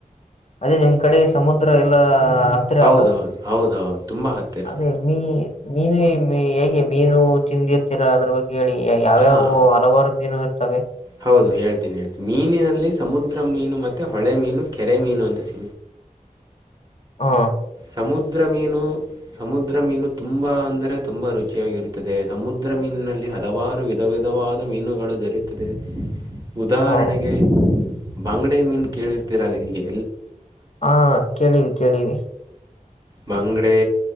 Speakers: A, on the left; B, on the right.
A: ಅದೇ ನಿಮ್ ಕಡೆ ಸಮುದ್ರ ಎಲ್ಲಾ ಹತ್ರಿ
B: ಹೌದು
A: ಅಲ್ಲ
B: ಹೌದು ಹೌದು ಹೌದು ತುಂಬ ಹತ್ತಿರ
A: ಅದೇ ಮ ಮನು ಹೇ <inaudible> ಮೀನು ತಿಂದಿರ್ತೀರಾ ಅದ್ರ ಬಗ್ಗೆ ಹೇಳಿ ಯಾವ್ಯಾವ
B: ಹಾಂ
A: ಹಲವಾರು ಮೀನು ಇರ್ತವೆ
B: ಹೌದು ಹೇಳ್ತೀನಿ ಹೇಳ್ತಿ ಮೀನಿನಲ್ಲಿ ಸಮುದ್ರ ಮೀನು ಮತ್ತೆ ಹೊಳೆ ಮೀನು ಕೆರೆ ಮೀನು ಅಂತ ಸಿ
A: ಹಾ
B: ಸಮುದ್ರ ಮೀನು ಸಮುದ್ರ ಮೀನು ತುಂಬಾ ಅಂದ್ರೆ ತುಂಬಾ ರುಚಿ ಿಯಾಗಿರುತ್ತದೆ ಸಮುದ್ರ ಮೀನಿನಲ್ಲಿ ಹಲವಾರು ವಿಧ ವಿಧವಾದ ಮೀನು ದೊರೆಯುತ್ತದೆ ಉದಾಹರಣೆಗೆ
A: ಹ
B: ಬಂಗಡೆ ಮೀನ್ ಕೇಳಿರ್ತೀರಾ ನಗೆ
A: ಹಾ ಕೇಳಿವ ಕೇಳಿವ
B: ಮಂಗಡೆೆ